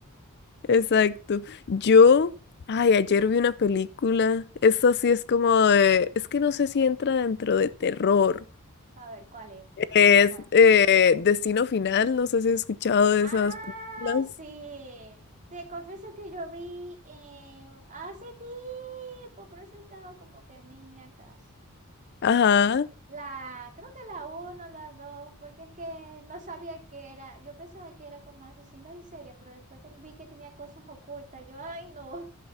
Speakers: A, on the left (about 50°); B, on the right (about 35°).
A: exacto. Yo, ay, ayer vi una película. Esta sí es como de, es que no sé si entra dentro de terror.
B: A ver, cuál es.
A: Es
B: ¿Cómo es?
A: eh, Destino Final, no sé si has escuchado de
B: Ah,
A: esas películas.
B: sí. Te confieso que yo vi eh, hace tiempo, pero eso estaba como que niña casi.
A: Ajá,
B: La, creo que la uno, la dos, porque es que no sabía que era. Yo pensaba que era como asesinos en serie, pero después te- vi que tenía cosas ocultas. Yo, ay, no.